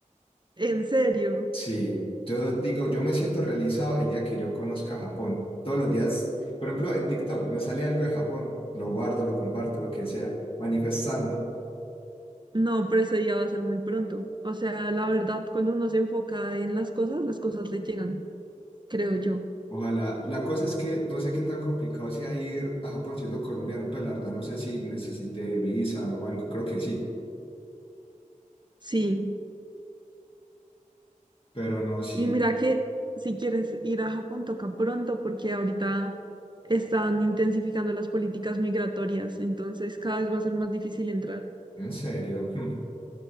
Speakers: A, on the right; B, on the left.
A: En serio.
B: Sí, yo digo, yo me siento realizado el día que yo conozca Japón. Todos los días, por ejemplo, en TikTok me sale algo de Japón, lo guardo, lo comparto, lo que sea, manifestando.
A: No, pero ese día va a ser muy pronto. O sea, la verdad, cuando uno se enfoca en las cosas, las cosas le llegan, creo yo.
B: Ojalá, la cosa es que no sé qué tan complicado sea ir a Japón siendo colombiano, pues la verdad no sé si necesité visa o algo, creo que sí,
A: Sí.
B: pero no, sí,
A: Y mira que si quieres ir a Japón, toca pronto porque ahorita están intensificando las políticas migratorias, entonces cada vez va a ser más difícil entrar.
B: en serio, hmm,